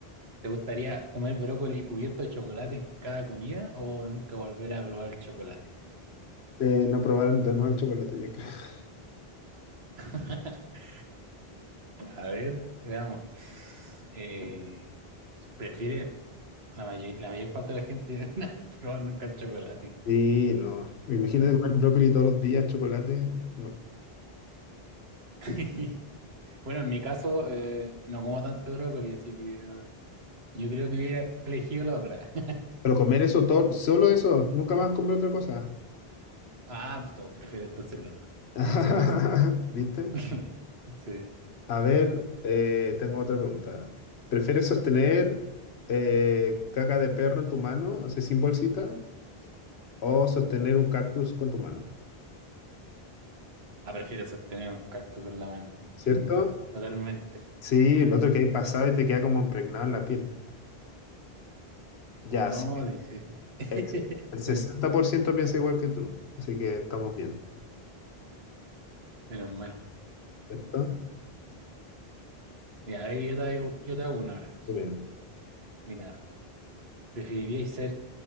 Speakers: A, on the right (about 80°); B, on the left (about 85°).
A: ¿te gustaría comer brócoli cubierto de chocolate en cada comida o nunca volver a probar el chocolate?
B: Eh, no probar de nuevo el chocolate, yo creo. <laughs>
A: <laughs> A ver, veamos. Eh, ¿prefieres? La mayor, la mayor parte de la gente <laughs> no ha probado nunca el chocolate.
B: Sí, no. Imagínate
A: Sí.
B: comer brócoli todos los días, chocolate. No.
A: <laughs> Bueno, en mi caso, eh, no como tanto brócoli, así que eh, yo creo que hubiera elegido la otra. <laughs>
B: Pero comer eso todo, solo eso. Nunca más comer otra cosa.
A: Ah, pues, no, prefiero entonces el otro
B: <laughs>
A: en ese caso.
B: ¿Viste?
A: <laughs> Sí.
B: A ver, eh, tengo otra pregunta. ¿Prefieres sostener eh, caca de perro en tu mano, o sea, sin bolsita, o sostener un cactus con tu mano?
A: Ah, prefiero sostener un cactus con la mano.
B: ¿Cierto?
A: Totalmente.
B: Sí, el otro que hay pasado y te queda como impregnado en la piel. Ya,
A: No,
B: sí.
A: dice. <laughs>
B: El el 60% piensa igual que tú, así que estamos bien,
A: Menos mal.
B: ¿cierto?
A: Y ahí yo te hago, yo te hago una ahora.
B: Dime,
A: Mira, ¿Preferiríais ser